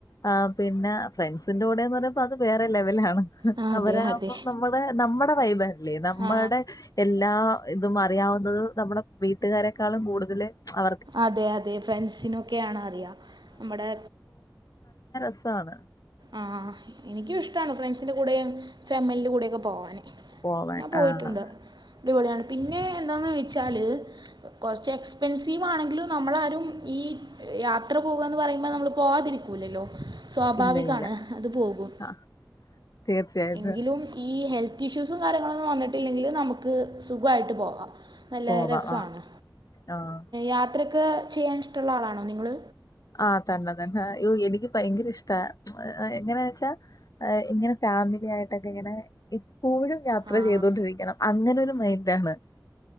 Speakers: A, on the left (about 55°); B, on the right (about 75°).
A: ആ പിന്നെ ഫ്രണ്ട്സിന്റെ കൂടെന്ന് പറയുമ്പ അത് വേറെ ലെവലണ്
B: ആ,
A: അവരാകുമ്പം
B: അതെ അതെ
A: നമ്മുടെ നമ്മുടെ വൈബല്ലേ നമ്മുടെ
B: ആ,
A: എല്ലാ ഇതുമാ അറിയാവുന്നത് നമ്മളെ വീട്ടു കാരെകാളും കൂടുതല് അവ
B: അതെ അതെ ഫ്രണ്ട്സിനൊക്കെയാണ് അറിയാ നമ്മടെ
A: രസവാണ്
B: ആഹ് എനിക്കും ഇഷ്ട്ടാണ് ഫ്രണ്ട്സിന്റെ കൂടെയും ഫെമ്മിലിൻ്റെ കൂടെ ഒക്കെ പോവാന്
A: പോവാൻ
B: ഞാൻ പോയിട്ടുണ്ട്
A: ആഹ്
B: അടിപൊളിയാണ് പിന്നെ എന്താെന്ന് വെച്ചാൽ കുറച്ച് എക്സ്പെൻസീവാണെങ്കിലും നമ്മളാരും ഈ യാത്ര പോകാന്ന് പറയുമ്പോൾ നമ്മൾ പോവാതിരിക്കൂല്ലല്ലോ സ്വാഭാവി
A: ഇല്ല ഇല്ല
B: ആണ് അത് പോകും
A: ആഹ് തീർച്ചയായിട്ടും
B: എങ്കിലും ഈ ഹെൽ ഹെൽത്ത് ഇഷ്യൂസും കാര്യങ്ങളൊന്നും വന്നിട്ടില്ലെങ്കിൽ നമുക്ക് സുഖായിട്ട് പോകാം നല്ല
A: പോവാം
B: രസവാണ്
A: ആഹ് ആഹ്
B: യാത്ര ത് ചെയ്യാൻ ഇഷ്ടമുള്ള ആളാണോ നിങ്ങള്
A: ആ തന്നെ തന്നെ യ്യോഎനിക്ക് ഭയങ്കര ഇഷ്ട എങ്ങനാ വച്ചാ ഇങ്ങനെ ഫാമിലി ആയിട്ടൊക്കെ ഇങ്ങനെ എപ്പോഴും യാത്ര
B: ആ
A: ചെയ്തോണ്ടിരിക്കണം അങ്ങനെ ഇതിലും <unintelligible>